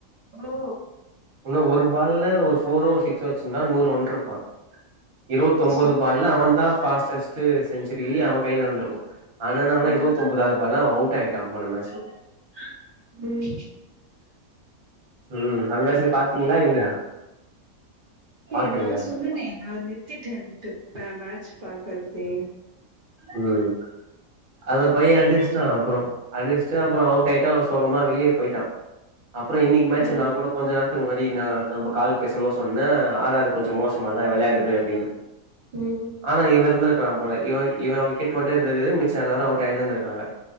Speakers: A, on the right (about 50°); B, on the right (about 70°).
A: ஓ
B: உன்னு ஒரு பால்ல ஒரு ஃபோரோ சிக்ஸ் அச்சிர்ந்தா நூறு வன்ட்ருப்பா இருவத்தொம்போது
A: சூப்பர்
B: பால்ல அவந்தா ஃபாஸ்டஸ் சே செஞ்சுரி அவ கையில வந்திருக்கு அத்னால அவந்தா
A: ம்
B: இருவத்தொம்பதாவது பால்ல அவ அவுட் ஆயிட்டா போன மேச்சில
A: ம்
B: ம் அந்த மேட்ச்சி நீ பாத்தீங்ளா இல்லையா பாக்கலையா
A: ஏ நாதா சொன்னனே நா நிறுத்திட்டேன்ட்டு பே மேட்ச் பாக்கறதே
B: ம் அத பையன் அடிச்சிட்டான் அப்புறம் அடிச்சுட்டு அப்புறம் அவுட் ஆயிட்டா சோகமா வெளியே போயிட்டான் அப்புறம் இன்னைக்கு மேச்ச
A: ம்
B: நான் கூட கொஞ்ச நேரத்துக்கு முன்னாடி நான் நம்ம கால் பேசுமோ சொன்னேன் ஆற கொஞ்சம் மோசமா தான் விளையாடுது அப்படின்னு
A: ம் ம்
B: ஆனா இவனிருந்து <unintelligible> போல இவ இவன் விக்கெட் மட்டும் இருந்தது மிச்சம் எல்லாரும் அவுட்டாயினு இருந்தக்காங்க